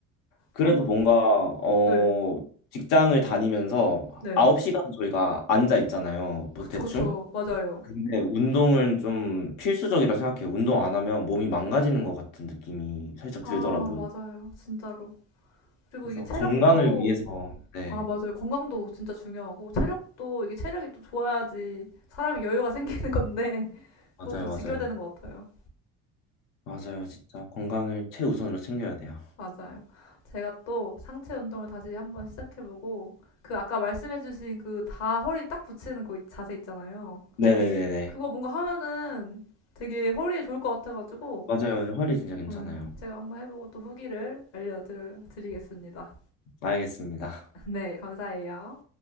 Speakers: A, on the left (about 80°); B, on the left (about 50°).
A: 그래도
B: 아,
A: 뭔가 어
B: 네.
A: 직장을 다니면서
B: 네.
A: 9시간 저희가 앉아 있잖아요. 뭐
B: 그쵸,
A: 대충.
B: 그쵸. 맞아요.
A: 근데 운동은 좀 필수적이라 생각해요. 운동 안 하면 몸이 망가지는 것 같은 느낌이 살짝
B: 아,
A: 들더라고요.
B: 맞아요. 진짜로. 그리고
A: 그래서
B: 이게 체력도,
A: 건강을 위해서 네,
B: 아, 맞아요. 건강도 진짜 중요하고, 체력도, 이게 체력이 또 좋아야지 사람이 여유가 <laughs> 생기는 건데, 그것도
A: 맞아요,
B: 직결되는
A: 맞아요.
B: 것 같아요.
A: 맞아요. 진짜 건강을 최우선으로 챙겨야 돼요.
B: 맞아요. 제가 또 상체 운동을 다시 한번 시작해보고, 그 아까 말씀해주신 그 다 허리 딱 붙이는 그 자세 있잖아요.
A: 네네네네.
B: 그거 뭔가 하면은 되게 허리에 좋을 것 같아가지고,
A: 맞아요. 허리 진짜 괜찮아요.
B: 음, 제가 한번 해보고 또 후기를 알려드리겠습니다.
A: 알겠습니다.
B: <laughs> 네, 감사해요.